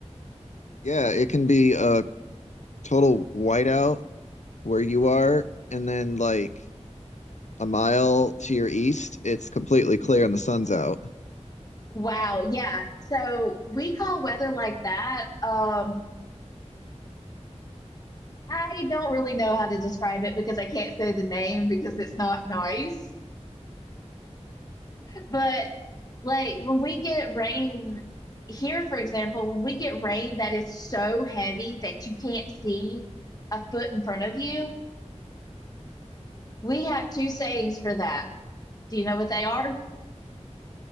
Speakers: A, on the left; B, on the left.
A: Yeah, it can be a total whiteout where you are, and then like a mile to your east, it's completely clear and the sun's out.
B: Wow, yeah. So we call weather like that. Um, I don't really know how to describe it because I can't say the name because it's not nice. But like when we get rain here, for example, when we get rain that is so heavy that you can't see a foot in front of you, we have two sayings for that. Do you know what they are?